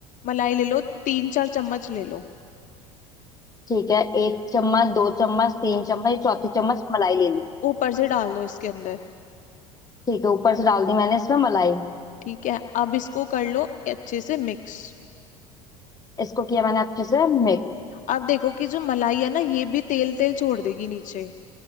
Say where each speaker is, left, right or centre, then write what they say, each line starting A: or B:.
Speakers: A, on the left (about 45°); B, on the left (about 20°).
A: मलाई ले लो तीन चार चम्मच ले लो
B: ठीक है एक चम्मच दो चम्मच तीन चम्मच चौथी चम्मच मलाई ले ली
A: ऊपर से डाल दो इसके अंदर
B: ठीक है ऊपर से डाल दी मैंने इसमें मलाई
A: ठीक है अब इसको कर लो अच्छे से मिक्स
B: इसको किया मैंने अच्छे से मिक्स
A: अब देखो कि जो मलाई है ना ये भी तेल तेल छोड़ देगी नीचे